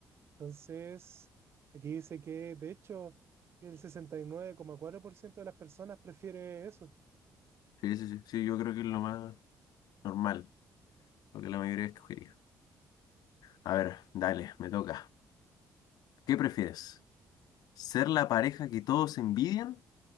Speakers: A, on the right; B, on the left.
A: Entonces, aquí dice que de hecho el sesenta y nueve coma cuatro por ciento de las personas prefiere eso.
B: sí, sí, sí, sí, yo creo que es lo más normal, lo que la mayoría escogería. A ver, dale, me toca. ¿Qué prefieres? ¿Ser la pareja que todos envidian